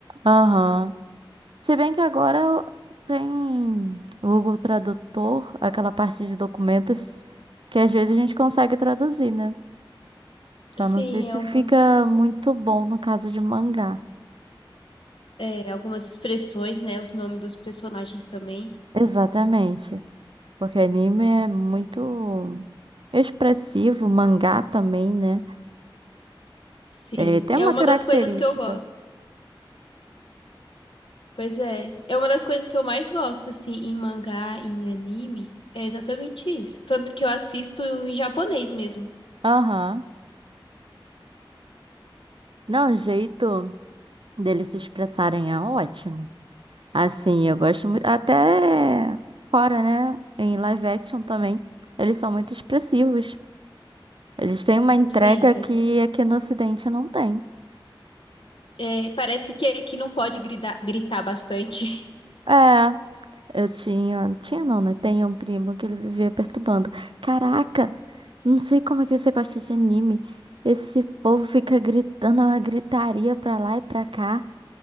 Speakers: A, on the right (about 70°); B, on the left (about 75°).
A: Aham. Se bem que agora tem o Google Tradutor, aquela parte de documentos que às vezes a gente consegue traduzir, né? Só
B: Sim,
A: não sei se
B: é uma.
A: fica muito bom no caso de mangá.
B: É, algumas expressões, né? Os nomes dos personagens também.
A: Exatamente. Porque anime é muito expressivo, mangá também, né?
B: Sim,
A: É, tem
B: é
A: uma
B: uma
A: característica.
B: das coisas que eu gosto. Pois é, é uma das coisas que eu mais gosto, assim, em mangá, em anime. É exatamente isso. Tanto que eu assisto em japonês mesmo.
A: Aham. Não, o jeito deles se expressarem é ótimo. Assim, eu gosto muito. Até fora, né? Em live action também. Eles são muito expressivos. Eles têm uma entrega
B: Sim, verdade.
A: que aqui no Ocidente não tem.
B: É, parece que aqui não pode gritar, gritar bastante.
A: É, eu tinha. Tinha não, né? Tem um primo que ele vivia perturbando. Caraca! Não sei como é que você gosta de anime. Esse povo fica gritando, é uma gritaria pra lá e pra cá.